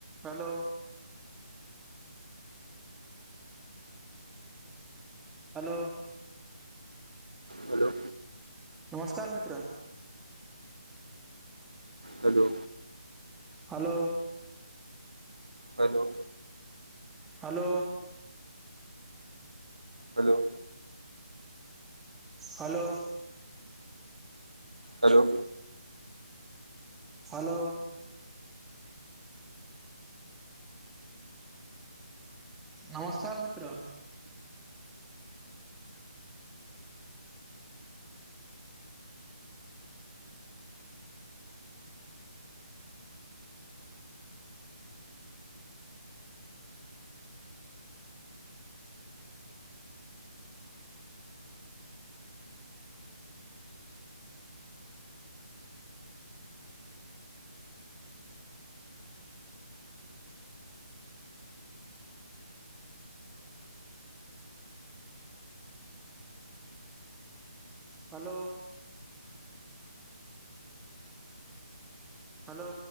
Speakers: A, in the centre; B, on the right (about 85°).
A: हेलो। हेलो।
B: हेलो।
A: नमस्कार मित्र।
B: Hello.
A: Hello.
B: Hello.
A: Hello.
B: Hello.
A: Hello.
B: Hello.
A: Hello. नमस्कार मित्र। हेलो। हेलो।